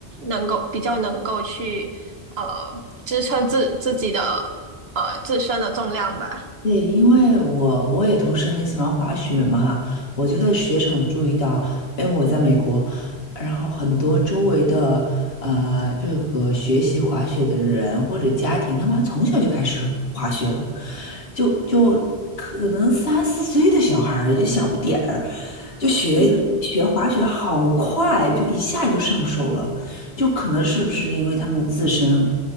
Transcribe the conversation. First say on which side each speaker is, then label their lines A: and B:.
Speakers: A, on the right; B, on the left.
A: 能够比较能够去呃支撑自自己的呃自身的重量吧。
B: 对，因为我我也同时很喜欢滑雪嘛，我就在雪场注意到，哎，我在美国，然后很多周围的呃这个学习滑雪的人或者家庭，他们从小就开始滑雪了，就就可能三四岁的小孩儿就小不点儿，就学学滑雪好快，
A: 嗯。
B: 就一下就上手了。就可能是不是因为他们自身